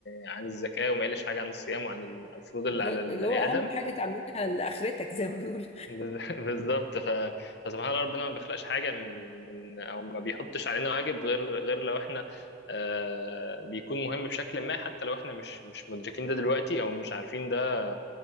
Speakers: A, on the left; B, on the left.
A: عن الزكاه وما يقلش حاجه عن الصيام وعن ال- عن الفروض اللي
B: ز-
A: على البني
B: اللي هو اهم
A: ادم
B: حاجة تعملها لاخرتك زي ما بيقولوا
A: بز- <laughs> بالظبط ف... فسبحان الله ربنا ما بيخلقش حاجه من من او ما بيحطش علينا واجب غير غير لو احنا آه بيكون مهم بشكل ما حتى لو احنا مش مش مدركين ده دلوقتي او مش عارفين ده